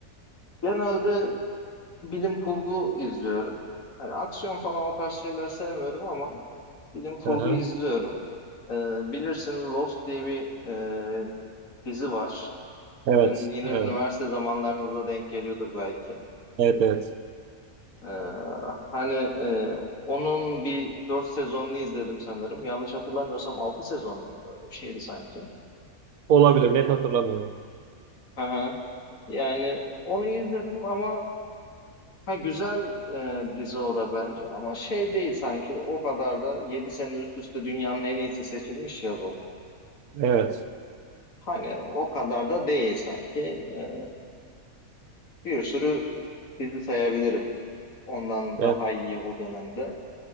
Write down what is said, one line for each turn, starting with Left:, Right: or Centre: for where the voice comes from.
Left: genelde bilim kurgu izliyorum. Hani aksiyon falan o tarz şeyler sevmiyorum ama bilim kurgu
Right: Hı hı.
Left: izliyorum. Ee, bilirsin Lost diye bir e, dizi var.
Right: Evet.
Left: Sizin yine
Right: Evet.
Left: üniversite zamanlarınıza denk geliyordur belki.
Right: Evet. Evet.
Left: Ee, hani e, onun bir dört sezonunu izledim sanırım. Yanlış hatırlamıyorsam altı sezon muydu? Öyle bir şeydi sanki.
Right: Olabilir. Net hatırlamıyorum.
Left: Hı hı. Yani onu izledim ama Ha güzel e, dizi o da bence ama şey değil sanki o kadar da 7 sene üst üste dünyanın en iyisi seçilmiş ya bu.
Right: Evet.
Left: Hani o kadar da değil sanki. E, bir sürü dizi sayabilirim ondan
Right: Evet.
Left: daha iyi o dönemde.